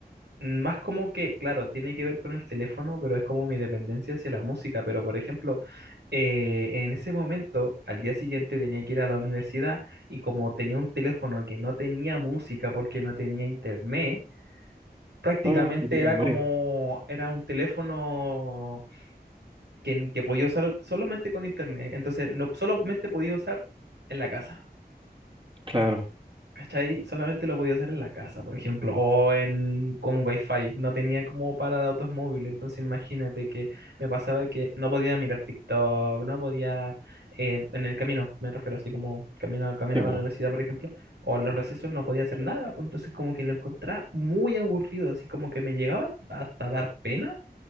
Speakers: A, on the right; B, on the right.
A: más como que, claro, tiene que ver con el teléfono, pero es como mi dependencia hacia la música. Pero, por ejemplo, eh, en ese momento, al día siguiente tenía que ir a la universidad y como tenía un teléfono que no tenía música porque no tenía internet, prácticamente
B: Ah, te quieres
A: era
B: morir.
A: como, era un teléfono que, que podía usar solamente con internet. Entonces, no solamente podía usar en la casa.
B: Claro.
A: ¿Cachai? Solamente lo podía usar en la casa, por ejemplo, o en, con wifi. No tenía como para datos móviles. Entonces, imagínate que me pasaba que no podía mirar TikTok, no podía, eh, en el camino, me refiero así como camino, camino
B: Sí,
A: a
B: po,
A: la universidad, por ejemplo, o en los recesos no podía hacer nada. pues, Entonces, como que lo encontraba muy aburrido, así como que me llegaba hasta dar pena